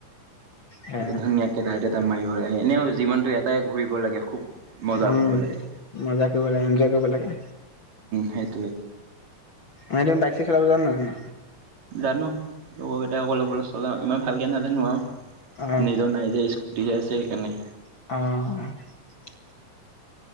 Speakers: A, on the left; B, on the right.
A: হে
B: ধুনীয়াকে ৰাইডত এ মায়ূৰে এনেও জীৱনটো এটাই ঘূৰিব কৰিব লাগে খুব। মজা
A: উম
B: কৰিব লাগে
A: মজা কৰিব লাগে এনজয় কৰিব লাগে।
B: সেইটোৱে।
A: ভাইটিয়ে বাইক চাইক চলাব জানা নাজানা।
B: জানো। লগৰকেইটা ক'বালৈ গ'লে চলাওৱে। ইমান ভালকৈ নাজানো আৰু।
A: অ
B: নিজৰ নাইযে স্কু দিয়ে যে সেইকাৰণে।
A: অহ।